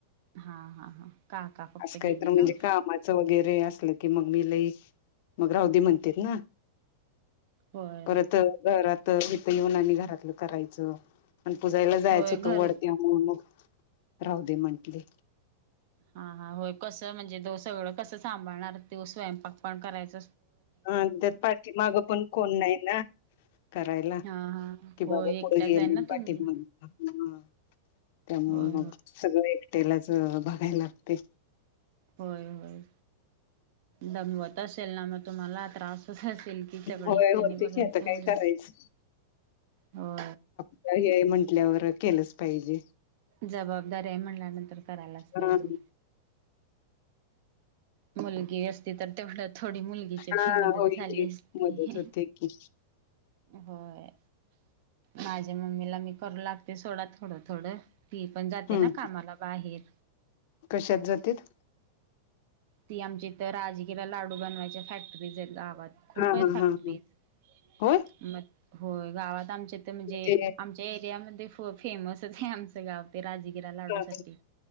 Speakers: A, on the right; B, on the left.
A: हा हा हा का का फक्त
B: असं काही
A: गेले
B: तर म्हणजे
A: का?
B: कामाचं वगैरे असलं की मग मी लई मग रावदी म्हणते ना.
A: होय
B: परत घराआता इथ येऊन आणि घरातलं करायचं. पण पुजायला जायच
A: होय
B: होतं
A: घर
B: वड त्यामुळे मग राह दे म्हटले.
A: हा हा होय कसं म्हणजे तो सगळं कसं सांभाळणार त स्वयंपाक पण करायच.
B: हा तर पाठी मागं पण कोण नाही ना! करायला
A: हा हा
B: कि
A: होय
B: बाबा
A: एकट्याच
B: पुढे गेल
A: आहे
B: मी
A: ना तुम्ही?
B: पाठीमाग त्यामुळ
A: होय
B: मग सगळं एकटेलाच बघायला लागते.
A: होय होय दमवत असेल ना मग तुम्हाला त्रास होतच. सेल्की सगळं
B: होय
A: एकट्याने
B: होते
A: बघायचं
B: की आता काय
A: म्हणजे
B: करायचं.
A: हो.
B: घरी हाय म्हटल्यावर केलंच पाहिजे.
A: जबाबदारी आहे म्हणल्यानंतर करायलाच
B: हा
A: पाहिजे. मुलगी असती तर तेवढं थोडी मुलगी
B: हा
A: पण मदत
B: होय
A: झाली
B: की
A: असती.
B: मदत होते की.
A: होय माझ्या मम्मीला मी करू लागते सोडा थोडं थोडं. ती पण जाते
B: हम्म
A: ना कामाला बाहेर.
B: कशात जातेत?
A: ती आमच्या इथ राजगिला लाडू बनवायच्या फॅक्टरीचे गावात. खूप
B: हा
A: आहे
B: हा
A: फॅक्टरीज
B: हा हा होय
A: म होय गावात आमच्या इथं म्हणजे
B: ते
A: आमच्या एरियामध्ये फ- फेमसच आहे आमचं गाव. ते राजगिरा लाडुसाठी.
B: हा